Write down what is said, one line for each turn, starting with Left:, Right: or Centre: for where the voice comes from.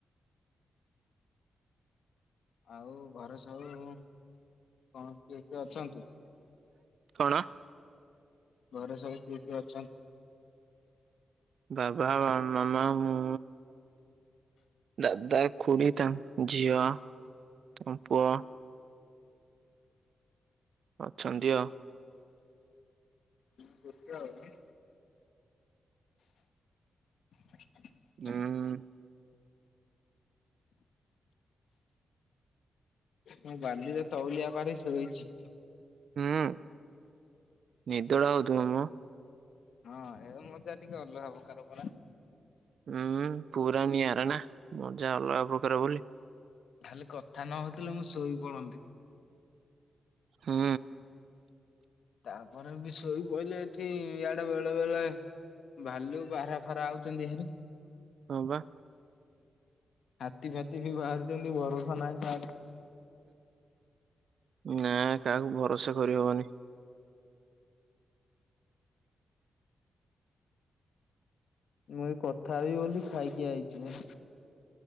Left: ଆଉ ଘରେ ସବୁ କଣ କିଏ କିଏ ଅଛନ୍ତି?
Right: କଣ?
Left: ଘରେ ସବୁ କିଏ କିଏ ଅଛନ୍ତି?
Right: ବାବା, ମାମା, ମୁଁ ଦାଦା, ଖୁଡ଼ି, ତାଙ୍କ ଝିଅ, ତାଙ୍କ ପୁଅ। ଅଛନ୍ତି ଆଉ।
Left: ହ ଗତଉନ <inaudible>
Right: ହୁଁ
Left: ମୁଁ ବାଲିରେ ତଉଲିଆ ପାରି ସୋଇଛି।
Right: ହୁଁ ନିଦଟା ହଉଥିବ ମ?
Left: ହଁ ଏ ମଜା ଟିକେ ଅଲଗା ପ୍ରକାର ପରା।
Right: ହୁଁ ପୁରା ନିଆରା ନା ମଜା ଅଲଗା ପ୍ରକାର ବୋଲି।
Left: ଖାଲି କଥା ନହଉଥିଲେ ମୁଁ ଶୋଇ ପଡନ୍ତି।
Right: ହୁଁ।
Left: ତାପରେ ବି ଶୋଇ ପଡିଲେ ଏଠି ଇଆଡେ ବେଳେ ବେଳେ ଭାଲୁ, ବାରହା ଫାରା ଆଉଛନ୍ତି ଏରେ।
Right: ହଁ ବା।
Left: ହାତୀ ଫାତି ବି ବାହାରୁଛନ୍ତି ଭରଷା ନାହିଁ କାହା
Right: ନା କାହାକୁ ଭରସା କରିହବନି।
Left: ମୁଁ ଏଇ କଥା ହବି ବୋଲି ଖାଇକି ଆଇଛି।